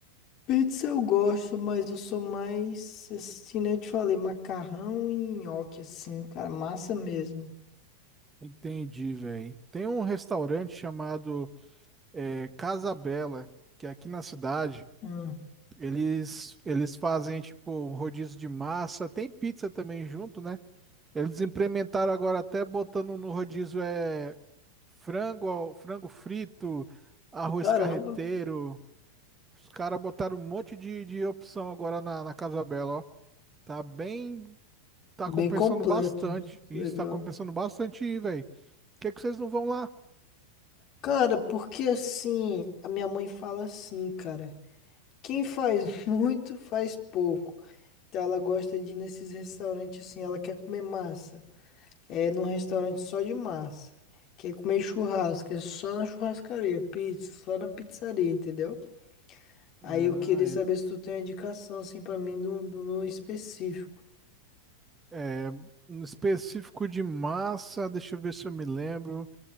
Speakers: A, on the left; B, on the right.
A: Pizza eu gosto, mas eu sou mais, assim, né? Eu te falei, macarrão e nhoque, assim, cara, massa mesmo.
B: Entendi, velho. Tem um restaurante chamado é, Casa Bela, que é aqui na cidade.
A: Hum,
B: Eles, eles fazem, tipo, rodízio de massa. Tem pizza também junto, né? Eles implementaram agora até botando no rodízio é frango, ao- frango frito, arroz
A: caramba,
B: carreteiro. Os caras botaram um monte de, de opção agora na, na Casa Bela, ó. Tá bem, tá
A: bem
B: compensando
A: completo,
B: bastante.
A: legal.
B: Isso tá compensando bastante ir, velho. Por que é que vocês não vão lá?
A: Cara, porque assim, a minha mãe fala assim, cara, quem faz <laughs> muito faz pouco. Então ela gosta de ir nesses restaurantes assim, ela quer comer massa. É num restaurante só de massa. Quer comer churrasco, é só na churrascaria, pizza, só na pizzaria, entendeu? Aí
B: Ah,
A: eu queria saber se tu tem uma indicação, assim, pra mim, do, do, no específico.
B: é, é, um específico de massa, deixa eu ver se eu me lembro.